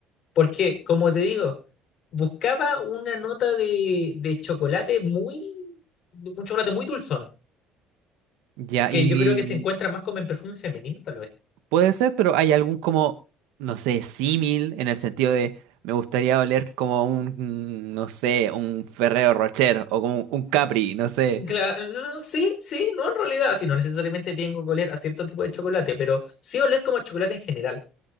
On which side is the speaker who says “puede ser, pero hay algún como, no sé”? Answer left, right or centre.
Right